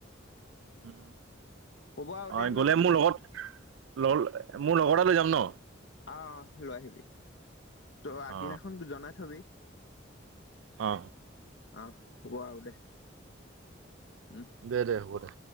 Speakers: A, on the right; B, on the left.
A: উ
B: হ'ব আৰু দে
A: অ
B: ন
A: গলে মোৰ লগত লল মোৰ লগৰ এটা লৈ যাম ন-
B: আহ লৈ আহিবি ত আগদিনাখন
A: অ
B: জনাই থবি-
A: অ
B: আহ হ'ব আও দে- উম
A: দে দে হ'ব দে